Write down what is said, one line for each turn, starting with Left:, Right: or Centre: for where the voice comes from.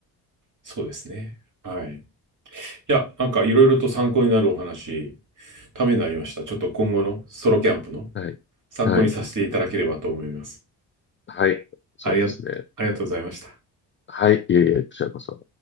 Right: そうですね。はい。いや、なんかいろいろと参考になるお話、ためになりました。ちょっと今後のソロキャンプの
Left: すね。はい。
Right: 参考にさせていただければと思います。
Left: はい。はい。そうですね。
Right: ありが、ありがとうございました。
Left: はい。いえいえ、こちらこそ。